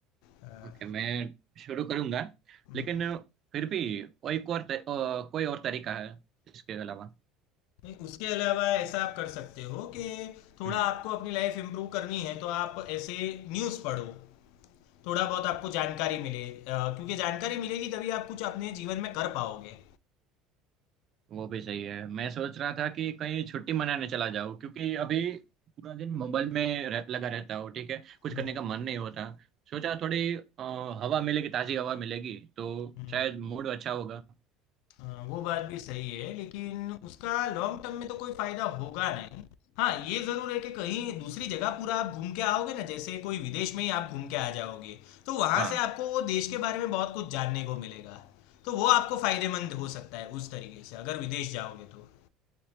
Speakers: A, on the left (about 75°); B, on the right (about 40°).
A: हाँ,
B: ओके मैं शुरू करूंगा
A: हम्म।
B: लेकिन फिर भी कोई और तर, अ, कोई और तरीका है इसके अलावा
A: नहीं उसके अलावा ऐसा आप कर सकते हो कि थोड़ा
B: हम्म
A: आपको अपनी लाइफ इम्प्रूव करनी है तो आप ऐसे न्यूज़ पढ़ो थोड़ा बहुत आपको जानकारी मिले अ, क्योंकि जानकारी मिलेगी तभी आप कुछ अपने जीवन में कर पाओगे
B: वो भी सही है मैं सोच रहा था कि कहीं छुट्टी मनाने चला जाऊं क्योंकि अभी पूरा दिन मोबाइल में रह, लगा रहता हूँ ठीक है कुछ
A: हम्म,
B: करने का मन नहीं होता सोचा थोड़ी अ, हवा मिलेगी ताजी हवा मिलेगी तो
A: हम्म,
B: शायद मूड अच्छा होगा
A: अ, वो बात भी सही है लेकिन उसका लॉन्ग टर्म में तो कोई फायदा होगा नहीं हाँ ये जरूर है कि कहीं दूसरी जगह पूरा आप घूम के आओगे ना जैसे कोई विदेश में ही आप घूम के आ जाओगे तो वहां
B: हाँ
A: से आपको वो देश के बारे में बहुत कुछ जानने को मिलेगा तो वो आपको फायदेमंद हो सकता है उस तरीके से अगर विदेश जाओगे तो